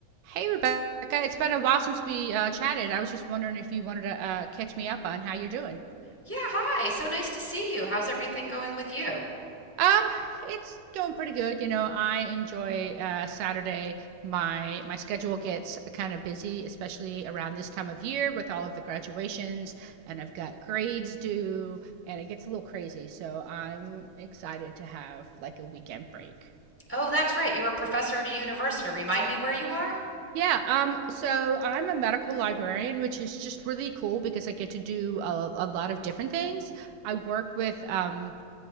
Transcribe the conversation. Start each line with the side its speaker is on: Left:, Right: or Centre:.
Right: Hey, Rebecca. It's been a while since we uh, chatted. I was just wondering if you wanted to uh, catch me up on how you're doing.
Centre: Yeah, hi. So nice to see you. How's everything going with you?
Right: Um, it's going pretty good. You know, I enjoy uh, Saturday. My my schedule gets kind of busy, especially around this time of year with all of the graduations, and I've got grades due, and it gets a little crazy. So I'm excited to have like a weekend break.
Centre: Oh, that's right. You're a professor at a university. Remind me where you are?
Right: Yeah, um, so I'm a medical librarian, which is just really cool because I get to do a, a lot of different things. I work with, um,